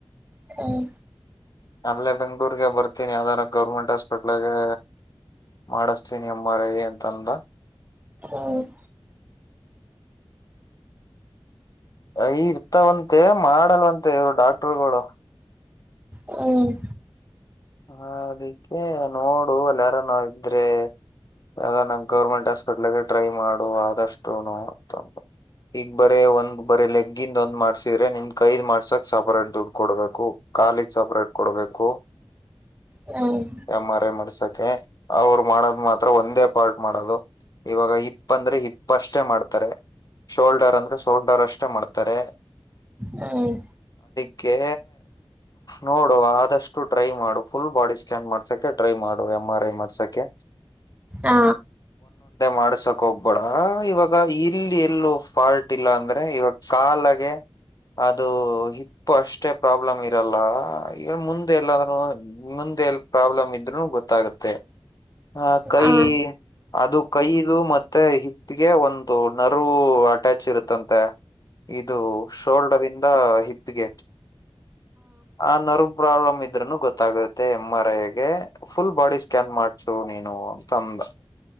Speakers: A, on the right; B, on the left.
A: ಹ್ಮ್
B: ಅಲ್ಲೇ ಬೆಂಗ್ಳೂರ್ಗೆ ಬರ್ತೀನಿ ಯಾದಾರ ಗೌರ್ಮೆಂಟ್ ಹಾಸ್ಪಿಟ್ಲುಗೆ ಮಾಡಿಸ್ತೀನಿ ಎಮ್ ಆರ್ ಐ ಅಂತಂದ
A: ಉಮ್
B: ಐ ಇರ್ತವಂತೆ ಮಾಡಲ್ವಂತೆ ಇವ್ರ್ ಡಾಕ್ಟ್ರುಗಳು
A: ಹ್ಮ್
B: ಹ ಅದಕ್ಕೆ ನೋಡು ಅಲ್ಲಾರು ನಾ ಇದ್ರೆ ಯಾವ ನ ಗೌರ್ಮೆಂಟ್ ಹಾಸ್ಪಿಟ್ಲ್ಗೆ ಟ್ರೈ ಮಾಡು ಆದಷ್ಟುನು ಅಂತಂದ್ ಈಗ ಬರೇ ಒಂದ್ ಬರೀ ಲೆಗ್ಗಿಂದ ಒಂದ್ ಮಾಡ್ಸಿದ್ರೆ ನಿಮ ಕೈದ್ ಮಾಡ್ಸಕ್ ಸಪರೇಟ್ ದುಡ್ಡು ಕೊಡ್ಬೇಕು ಕಾಲಿಗ್ ಸಪರೇಟ್ ಕೊಡ್ಬೇಕು.
A: ಹ್ಮ್
B: ಎಂ ಆರ್ ಐ ಮಾಡ್ಸಕ್ಕೆ ಅವರು ಮಾಡೋದ ಮಾತ್ರ ಒಂದೇ ಪಾರ್ಟ್ ಮಾಡೋದು ಇವಾಗ ಹಿಪ್ ಅಂದ್ರೆ ಹಿಪ್ ಅಷ್ಟೇ ಮಾಡ್ತಾರೆ. ಶೋಲ್ಡರ್ ಅಂದ್ರೆ ಶೋಲ್ಡರ್ ಅಷ್ಟೇ ಮಾಡ್ ತ್ತರೆ
A: ಹ್ಮ್
B: ಕ್ಕೇ ನೋಡು ಆದಷ್ಟು ಟ್ರೈ ಮಾ ಫುಲ್ ಬಾಡಿ ಸ್ಕ್ಯಾನ್ ಮಾಡ್ಸಕ್ಕೆ ಟ್ರೈ ಮಾಡು ಎಂ ಆರ್ ಐ ಮಾಡ್ಸಕ್ಕೆ
A: ಆ
B: ಮಾಡಸೋಕ್ ಹೋಗ್ಬೇಡ ಬಇವಾಗ ಇಲ್ಲಿ ಎಲ್ಲೂ ಫಾಲ್ಟ್ ಇಲ್ಲ ಅಂದ್ರೆ ಇವಾಗ ಕಾಲಾಗೆ ಅದು ಹಿಪ್ ಅಷ್ಟೇ ಪ್ರಾಬ್ಲಮ್ ಇರಲ್ಲ ಈಗ ಮುಂದೆ ಎಲ್ಲಾದ್ರು ಮುಂದೆಲ್ ಪ್ರಾಬ್ಲಮ್ ಇದ್ರೂ ಗೊತ್ತಾಗುತ್ತೆ. ಆ ಕೈ
A: ಹಾ ಹಾ ಹಾ ಹ್ಮ್
B: ಅದು ಕೈದು ಮತ್ತೆ ಹಿಪ್ಗೆ ಒಂದು ನರ್ವು ಅಟ್ಯಾಚ್ ಇರುತ್ತಂತೆ ಇದ್ ಇದು ಶೋಲ್ಡರ್ ಇಂದ ಹಿಪ್ ಪಿಗೆ ಹಾ ನರ್ವ್ ಪ್ರಾಬ್ಲಮ್ ಇದ್ರೂನು ಗೊತ್ತಾಗ ತ್ತೆ ಎಮ್ ಆರ್ ಐಗೆ ಫುಲ್ ಬಾಡಿ ಸ್ಕ್ಯಾನ್ ಮಾಡ್ಸು ನೀನು ಅಂತ ಅಂದ.